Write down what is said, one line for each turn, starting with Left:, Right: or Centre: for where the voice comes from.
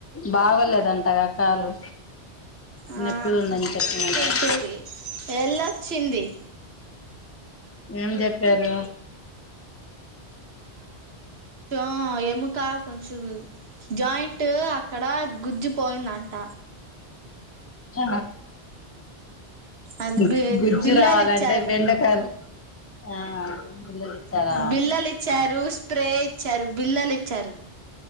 Left: బాగోలేదంటగా కాలు
Right: ఆ
Left: నొప్పి ఉందని అని చెప్పిన కదా
Right: ఇప్పుడు వెళ్ళొచ్చింది
Left: ఏం చెప్పారు
Right: ఆ ఎముక కొంచెం జాయింట్ అక్కడ గుజ్జిపోయిందంట
Left: ఆ
Right: అది
Left: గు
Right: బి
Left: గుజ్జు
Right: బిల్లలు
Left: రావాలంటే
Right: ఇచ్చారు
Left: బెండకాయలు ఆ <unintelligible> ఇచ్చారా
Right: బిల్లలు ఇచ్చారు స్ప్రే ఇచ్చారు బిల్లల్ ఇచ్చారు